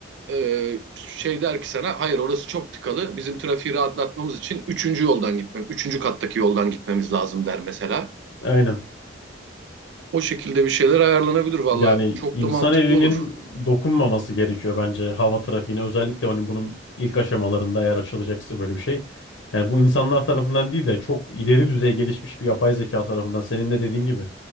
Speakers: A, on the right; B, on the left.
A: e, şey der ki sana hayır orası çok tıkalı. Bizim trafiği rahatlatmamız için üçüncü yoldan gitmem, üçüncü kattaki yoldan gitmemiz lazım der mesela.
B: Aynen.
A: O şekilde bir şeyler ayarlanabilir valla.
B: Yani
A: Çok
B: insan
A: da mantıklı
B: elinin
A: olur.
B: dokunmaması gerekiyor bence hava trafiğine. Özellikle hani bunun ilk aşamalarında eğer açılacaksa böyle bir şey. Yani bu insanlar tarafından değil de çok ileri düzey gelişmiş bir yapay zeka tarafından senin de dediğin gibi